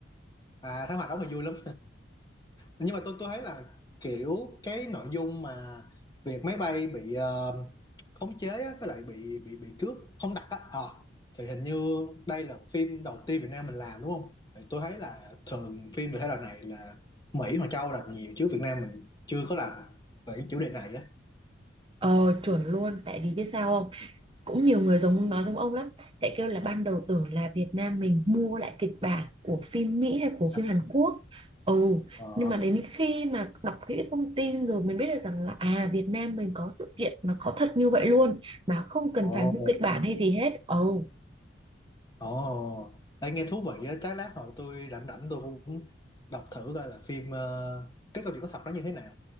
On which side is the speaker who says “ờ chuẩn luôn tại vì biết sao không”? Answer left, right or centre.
Right